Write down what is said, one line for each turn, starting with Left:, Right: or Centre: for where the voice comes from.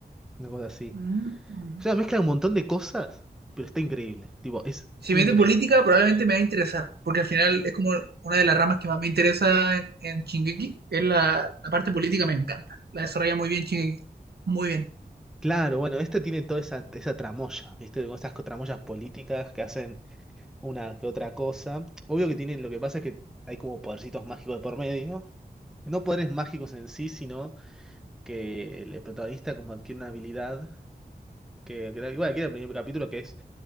Centre: Una cosa así.
Right: Mm.
Centre: O sea, mezcla un montón de cosas, pero está increíble. Tipo, es
Right: Si
Centre: increíble.
Right: me mete en política, probablemente me va a interesar, porque al final es como una de las ramas que más me interesa en, en Shingeki, es la, la parte política, me encanta. La desarrolla muy bien Shingeki. Muy bien.
Centre: Claro, bueno, este tiene toda esa, esa tramoya, ¿viste? Como esas co- tramoyas políticas que hacen una que otra cosa. Obvio que tienen, lo que pasa es que hay como podercitos mágicos de por medio. No poderes mágicos en sí, sino que el, el protagonista como adquiere una habilidad que, que era- igual que era el primer capítulo, que es